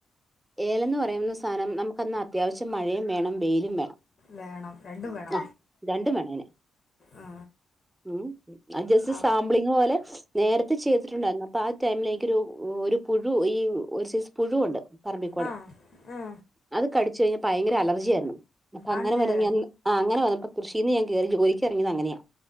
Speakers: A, on the right; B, on the left.
A: ഏലം ന്നു പറയുന്ന സാധനം നമുക്കൊന്നാ അത്യാവശ്യം മഴയും വേണം വെയിലും വേണം
B: വേണം രണ്ടും വേണം
A: ആഹ് രണ്ടും വേണം അതിന്
B: ആ.
A: ഉം അത് ജസ്റ്റ്
B: ആ
A: സാമ്പിളിംഗ് പൊലെ നേരത്തെ ചെയ്തിട്ടുണ്ടായിരുന്നു അപ്പോ ആ ടൈമില ഒരു ഒരു പുഴു ഈ ഒരു സൈസ് പുഴു ഒണ്ട് പറമ്പിക്കൂടെ
B: ആ ആ
A: അത് കടിച്ചു കഴിഞ്ഞാ ഭയങ്കര അലർജി ആയിരുന്നു അപ്പ
B: ആണല്ലേ
A: അങ്ങനെ വരു <unintelligible> ആ അങ്ങനെ വന്നപ്പോൾ കൃഷിന്ന് ഞാൻ കേറി ജോലിക്ക് ഇറങ്ങിയത് അങ്ങനെയാ <inaudible>